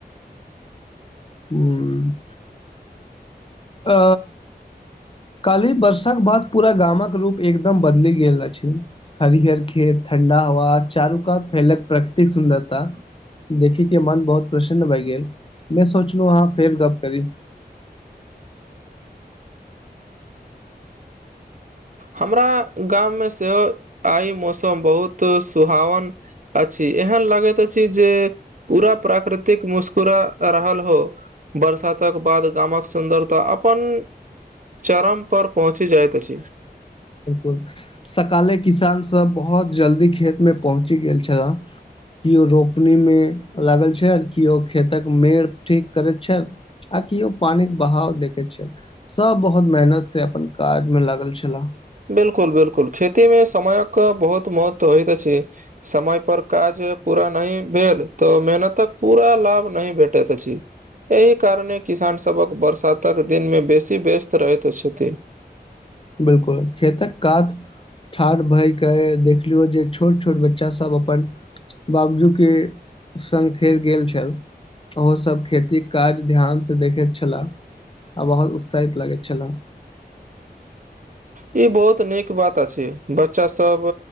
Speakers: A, on the left (about 30°); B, on the right (about 50°).
A: हुँ अ काल्हि वर्षाक बाद पूरा गामक रूप एकदम बदलि गेल अछि हरिहर खेत ठण्डा हवा आ चारू कात फैलक प्रकृतिक सुन्दरता देखि केँ मन बहुत प्रसन्न भए गेल मे सोचलौ अहाँ फेर गप करी
B: हमरा गाम मे सेहो आइ मौसम बहुत सुहावन अछि एहन लागैत अछि जे पूरा प्राकृतिक मुस्करा रहल हो बरसातक बाद गामक सुन्दरता अपन चरम पर पहुँची जाइत अछि
A: बिलकुल सकाले किसान सब बहोत जल्दी खेत मे पहुँची गेल छला किओ रोपनी मे लागल छैल केओ खेतक मेड़ ठीक करैत छैल आ किओ पानिक बाहाव देखैत छै सब बहुत मेहनत से अपन काज मे लागल छेला
B: बिलकुल बिलकुल खेती मे समयक बहुत महत्व होइत अछि समय पर काज पूरा नहि भेल तऽ मेहनतक पूरा लाभ नहि भेटैत अछि एहि कारणे किसान सभक बरसातक दिन मे बेसी व्यस्त रहैत छथि
A: बिलकुल खेतक कात ठाढ़ भय कऽ देखलियौ जे छोट छोट बच्चा सभ अपन। बाबजू के संग फेर गेल छै ओहो सब खेती के काज ध्यान से देखैत छलाह आ बहुत उत्साहित लगैत छला
B: ई बहुत नीक बात अछि बच्चा सब